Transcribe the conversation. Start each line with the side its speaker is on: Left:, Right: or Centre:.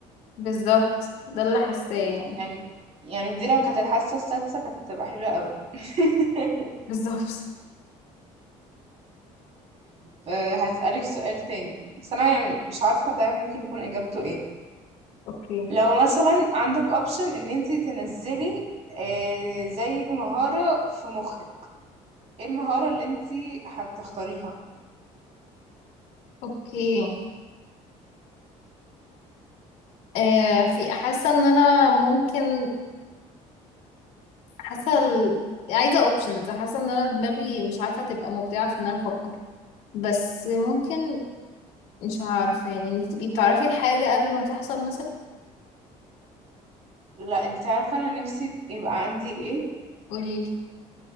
Left: بالظبط ده اللي حاساه يعني.
Right: يعني يعني دي لو كانت الحاسة السادسة كانت هتبقى حلوة قوي <laughs>
Left: بالظبط
Right: فهسألك سؤال تاني بس أنا يعني مش عارفة ده ممكن يكون إجابته إيه
Left: اوكي
Right: لو مثلا عندك أوبشن إن أنتي تنزلي آه، زي مهارة في مخك إيه المهارة اللي أنتي هتختاريها؟
Left: اوكي آه في حاسه ان انا ممكن حاسه ال- عايزه اوبشنز حاسه ان انا دماغي مش عارفه تبقى مبدعه في ان انا افكر بس ممكن مش عارفة يعني انك تبقي بتعرفي الحاجة قبل ما تحصل مثلا
Right: لا أنتي عارفة أنا نفسي يبقى عندي إيه؟
Left: قوليلي